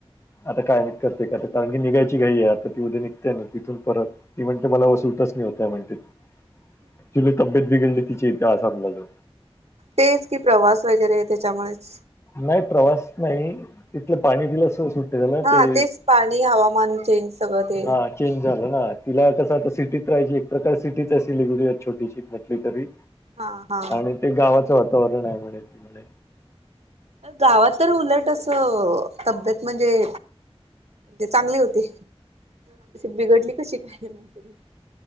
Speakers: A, on the left; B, on the right.
A: आता काय निघतते काय कारण की निघायची काही आहे आता ती उद्या निघतेय ना तिथून परत ती म्हणते मला व सुलटच नाही होतय म्हणते ऍचुली तब्येत बिघडली तिचीे आसामलाजून
B: तेच की प्रवास वगैरे आहे त्याच्यामुळेच
A: नाही प्रवास नाही तिथलं पाणी दिलं स सुट ना
B: हा
A: ते
B: तेच पाणी हवामान चेंज सगळं ते
A: हा चेंज झालं ना तिला कसं आता सिटीत राहाय एक प्रकार सिटीच आहे सिललीगुडी छोटीशी म्हटली तरी
B: हा हा
A: आणि ते गावाचं वातावरण आहे म्हणे त म्हणे
B: गावात तर उलट असं तब्येत म्हणजे ते चांगले होते बिघडली कशी काय म्हण